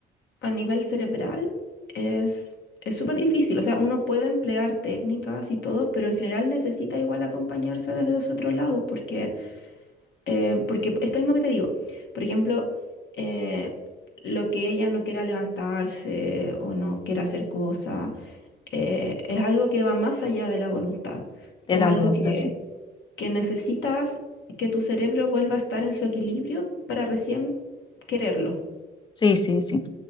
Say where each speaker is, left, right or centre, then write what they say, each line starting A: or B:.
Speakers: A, on the left (about 65°); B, on the left (about 25°).
A: a nivel cerebral es es súper
B: Sí,
A: difícil. O sea, uno puede emplear técnicas y todo, pero en general necesita igual acompañarse desde ese otro lado, porque, eh, porque esto mismo que te digo, por ejemplo, eh, lo que ella no quiera levantarse o no quiera hacer cosas, eh, es algo que va más allá de la voluntad.
B: de
A: Es
B: la
A: algo
B: voluntad,
A: que,
B: sí.
A: que necesitas que tu cerebro vuelva a estar en su equilibrio para recién quererlo.
B: Sí, sí, sí.